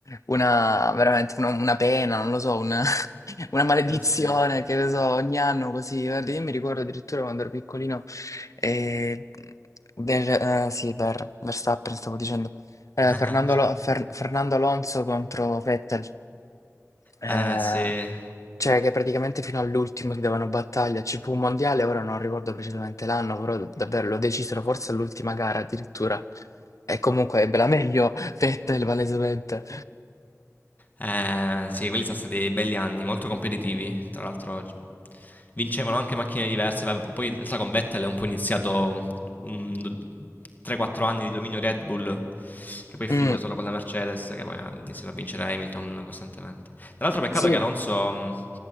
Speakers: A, on the left; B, on the left.
A: una veramente una, una pena, non lo so, una, <laughs> una maledizione
B: Eh sì.
A: che ne so, ogni anno così. Guarda, io mi ricordo addirittura quando ero piccolino, eh, Ver- eh, sì, Ver- Verstappen stavo dicendo, eh,
B: <laughs>
A: Fernando, Alo- Fer- Fernando Alonso contro Vettel. Ehm,
B: Eh sì.
A: cioè che praticamente fino all'ultimo si davano battaglia. Ci fu un mondiale, ora non ricordo precisamente l'anno, però davvero lo decisero forse all'ultima gara addirittura. E comunque ebbe la meglio <laughs> Vettel, palesemente.
B: Ehm, sì, quelli sono stati belli anni, molto competitivi. Tra l'altro c- vincevano anche macchine diverse. vabbè, p- poi in realtà con Vettel è un po' iniziato un do- 3-4 anni di dominio Red Bull, che poi è
A: Mm,
B: finito solo con la Mercedes, che poi ha iniziato a vincere Hamilton costantemente. Tra l'altro peccato
A: sì,
B: che Alonso mh,